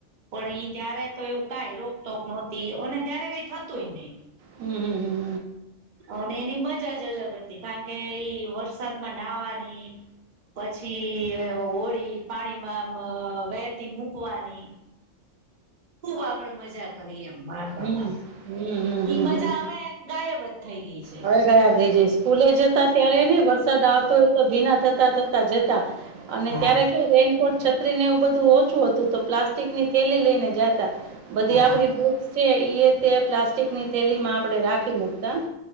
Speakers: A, on the right; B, on the right.
A: પણ એઈ ત્યારે તો એવું કઈ રોક ટોક નોતી અને ત્યારે કઈ થતુંય નહી.
B: હમ.
A: અને એની મજા જ અલગ હતી. કારણ કે ઈ વરસાદમાં નાહવાની પછી હોળી પાણીમાં વહેતી મૂકવાની ખુબ આપડે મજા કરી એ એમ બાળપણમાં
B: હમ હમ હમ
A: ઈ મજા
B: હમ હમ
A: હવે ગાયબ થઈ ગઈ છે.
B: હવે જવા દેજે સ્કૂલે જતા ત્યારે નઈ વર સાદ આવતો હોય તો ભીના થતા થતા જતા અને
A: હા
B: ત્યારે ક્યા રેનકોટ છત્રી ને એવું બધું ઓછું હતું તો પ્લાસ્ટિકની થેલી લઈને જાતા બધી
A: હા
B: આપડી બુક્સ છે તે પ્લાસ્ટિકની થેલીમાં આપણે રાખી મૂકતા